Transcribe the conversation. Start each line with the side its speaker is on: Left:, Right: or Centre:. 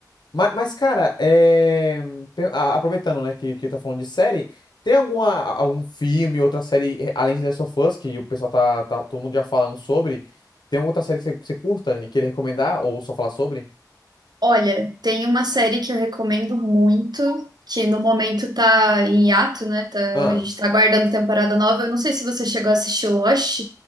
Left: Mas, mas, cara, é... tem- a- aproveitando, né, que, que tá falando de série, tem alguma, algum filme, outra série, eh, além de The Last of Us, que o pessoal tá, tá todo mundo já falando sobre, tem alguma outra série que você, que você curta e queira recomendar, ou só falar sobre?
Right: Olha, tem uma série que eu recomendo muito, que no momento tá em hiato, né? Tá-
Left: Ah,
Right: a gente tá aguardando temporada nova. Eu não sei se você chegou a assistir Lost.